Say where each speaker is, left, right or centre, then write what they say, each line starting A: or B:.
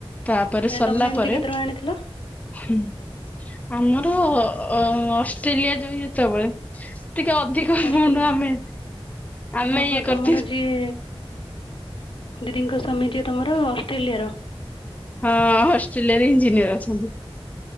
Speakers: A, on the left; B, on the left.
A: ତାପରେ
B: ମାନେ
A: ସରିଲା
B: ତମେ ଏମିତି
A: ପରେ,
B: କେତେ ଟଙ୍କା ଆଣିଥିଲ
A: ହୁଁ। ଆମର ଅ ଅଷ୍ଟ୍ରେଲିଆ ଯଇଁ ଯେତେବେଳେ ଟିକେ କଉନୁ
B: ଅଷ୍ଟ୍ରେଲିଆ?
A: ଆମେ ଆମେ
B: ଓହୋ
A: ଇଏ
B: ତମର
A: କରି- <unintelligible>
B: ଯିଏ ଦିଦିଙ୍କ ସ୍ୱାମୀ ଟିଏ ତମର ଅଷ୍ଟ୍ରେଲିଆର?
A: ହଁ, ହଷ୍ଟ୍ରେଲିଆ ରେ ଇଞ୍ଜିନିୟର ଅଛନ୍ତି।